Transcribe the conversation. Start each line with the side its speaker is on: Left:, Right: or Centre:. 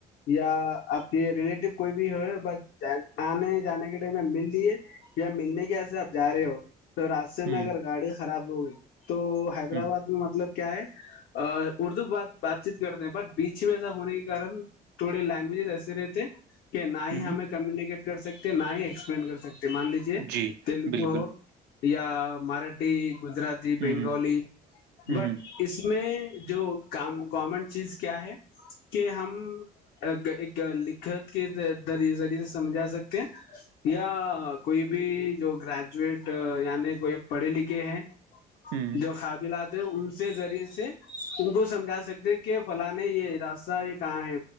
Left: یا آپ کے ریلیٹیو کوئی بھی ہو بس آنے جانے کے ٹائم میں مل لیے یا ملنے کے وسے آپ جا رہے ہو پھر راستے میں
Right: ہوں
Left: اگر گاڑی خراب ہو گی تو حیدرآباد
Right: ہوں
Left: میں مطلب کیا ہے اردو ب بات چیت کر د بٹ بیچ میں ایسا ہونے کے کارن تھوڑے لینگویجز ایسے رہتے ہیں کہ نہ ہی ہمیں
Right: ہوں
Left: کمیونکیٹ کر سکتے نہ ہی ایکسپلین کر سکتے مان لیجے
Right: جی
Left: تیلگو
Right: بالکل
Left: ہو یا مراٹھی گجراتی
Right: ہوں
Left: بنگالی
Right: ہوں ہوں
Left: بٹ
Right: ہوں
Left: اس میں جو کا گمنٹ چیز کیا ہے کہ ہم ایک لکھت کے ذریعے سے سمجھا سکتے ہیں یا کوئی بھی جو گریجویٹ یعنی کوئی پڑھے لکھے ہیں
Right: ہوں،
Left: جو قابلات ہیں ان سے ذریعے سے ان کو سمجھا سکتے کہ فلان یہ ہراستہ یہ کہاں ہے